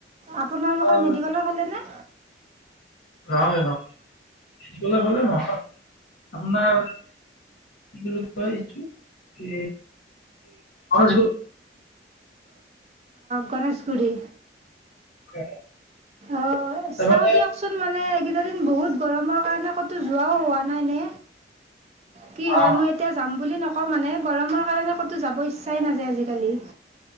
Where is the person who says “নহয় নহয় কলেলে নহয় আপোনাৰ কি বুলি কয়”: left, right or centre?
Left